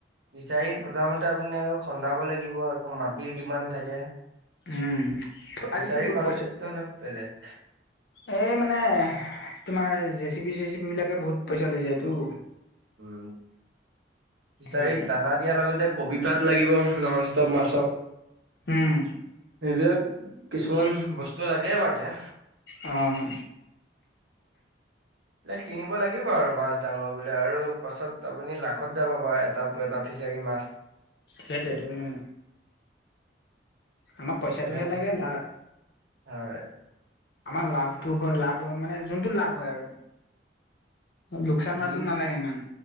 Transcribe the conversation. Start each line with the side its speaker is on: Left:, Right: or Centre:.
Right: ফিচাৰি প্ৰথমতে আপুনি আকৌ খন্দাব লাগিব, আকৌ মাটিৰ ডিমাণ্ড থাকে।
Left: উম আজিকালি
Right: ফিচাৰী
Left: বহুত
Right: কনটেক্টটো
Left: পইচা
Right: অলপ বেলেগ।
Left: এই মানে তোমাৰ জেচিপি চেচিপি বিলাকে বহুত পইচা লৈ যায়টো।
Right: উ ফিচাৰীক
Left: সেইটোত
Right: দানা দিয়াৰ লগতে কবি পাত তাত লাগিব নন ষ্টপ মাছক
Left: উম
Right: সেইবিলাক কিছুমান বস্তু লাগে বাৰুতে।
Left: আহ।
Right: বলে কিনিব লাগিব আৰু মাছ ডাঙৰ বোলে আৰু পাছত আপুনি লাখত যাব পাৰ এটা এটা পিছ চাৰি মাছ
Left: সেইটোৱেটো উ। আমাক পইচাটোহে
Right: তেনেকৈ
Left: লাগে লা
Right: হয়।
Left: আমাৰ লাভটো হয় লাভ মানে যোনটো লাভ হয় আৰু। লোকচান হোৱাটো
Right: বীজ
Left: নালাগে ইমান